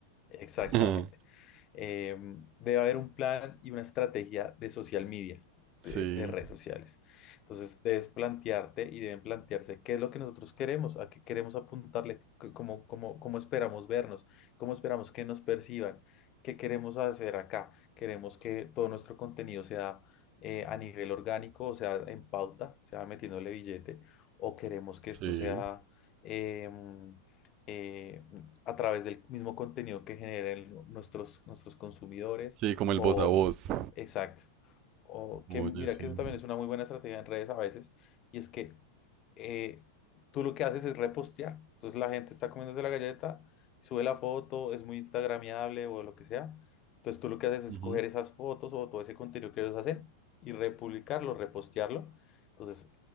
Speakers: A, on the left; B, on the right.
A: Exactamente.
B: <laughs>
A: Eh, debe haber un plan y una estrategia de social media,
B: Sí.
A: de, de redes sociales. Entonces, debes plantearte y deben plantearse qué es lo que nosotros queremos, a qué queremos apuntarle, c- cómo, cómo, cómo esperamos vernos, cómo esperamos que nos perciban, qué queremos hacer acá. Queremos que todo nuestro contenido sea eh, a nivel orgánico, o sea, en pauta, sea metiéndole billete, o queremos que esto
B: Sí,
A: sea... em, eh, a través del mismo contenido que generen lo- nuestros, nuestros consumidores
B: sí, como
A: o,
B: el voz a voz.
A: exacto, o
B: Oye,
A: que mira
B: sí.
A: que eso también es una muy buena estrategia en redes a veces y es que eh, tú lo que haces es repostear, entonces la gente está comiéndose la galleta, sube la foto, es muy instagramiable o lo que sea, entonces tú lo que haces es
B: Ujú,
A: coger esas fotos o todo ese contenido que ellos hacen y republicarlo, repostearlo, entonces